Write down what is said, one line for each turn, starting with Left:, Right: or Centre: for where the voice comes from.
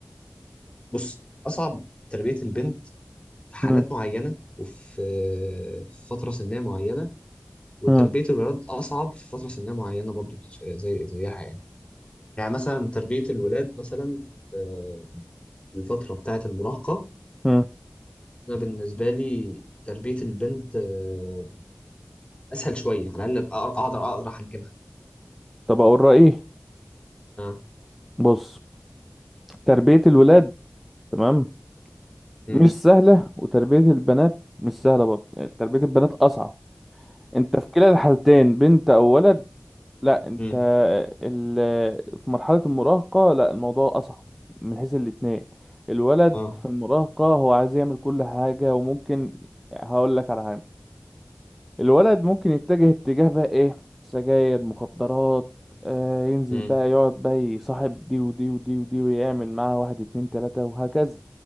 Left: بص اصعب تربيه البنت في حالات
Centre: مم.
Left: معينه وفي في فتره سنيه معينه وتربيه
Centre: مم.
Left: الولاد اصعب في فتره سنيه معينه برضو بتش- زي زيها يعني يعني مثلا تربيه الولاد مثلا أه الفتره بتاعه المراهقه
Centre: مم.
Left: انا بالنسبه لي تربيه البنت أه اسهل شويه على الاقل أقدر أقدر أحجمها
Centre: طب اقول رايي
Left: اه
Centre: بص تربيه الولاد تمام
Left: امم
Centre: مش سهله وتربيه البنات مش سهله برضه يعني تربيه البنات اصعب انت في كلا الحالتين بنت او ولد لا انت
Left: امم
Centre: ال... في مرحلة المراهقة لا الموضوع أصعب من حيث الاتنين الولد
Left: اه
Centre: في المراهقة هو عايز يعمل كل حاجة وممكن هقول لك على حاجة الولد ممكن يتجه اتجاه بقى ايه سجاير مخدرات آه ينزل
Left: امم
Centre: بقى يقعد بقى يصاحب دي ودي ودي ودي ويعمل معاها واحد اتنين تلاتة وهكذا